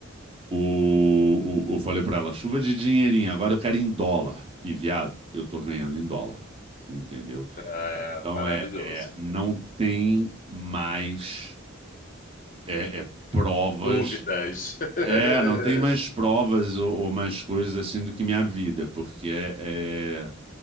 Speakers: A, on the right (about 30°); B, on the left (about 40°).
A: o, o, eu falei pra ela, chuva de dinheirinho, agora eu quero em dólar. E, viado, eu tô ganhando em dólar. Entendeu?
B: É,
A: Então
B: maravilhoso.
A: é, é, não tem mais é, é, provas.
B: Dúvidas. <laughs>
A: É, não tem mais provas ou, ou mais coisas assim do que minha vida, porque é, é-